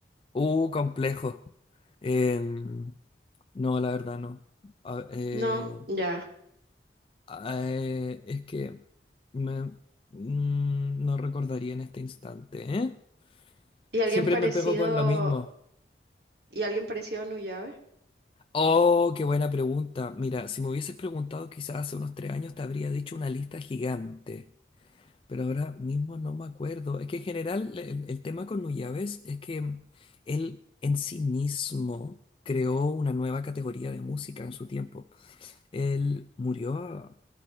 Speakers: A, on the left (about 30°); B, on the right (about 60°).
A: Uh, complejo. Em, no, la verdad no. A- eh,
B: No, ya.
A: a- eh, es que me, mm, no recordaría en este instante, ¿eh?
B: ¿Y alguien
A: Siempre
B: parecido,
A: me pego con lo mismo.
B: y alguien parecido a Nuyave?
A: Oh, qué buena pregunta. Mira, si me hubieses preguntado quizás hace unos tres años te habría dicho una lista gigante, pero ahora mismo no me acuerdo. Es que en general el, el tema con Nuyaves es que él en sí mismo creó una nueva categoría de música en su tiempo. Él murió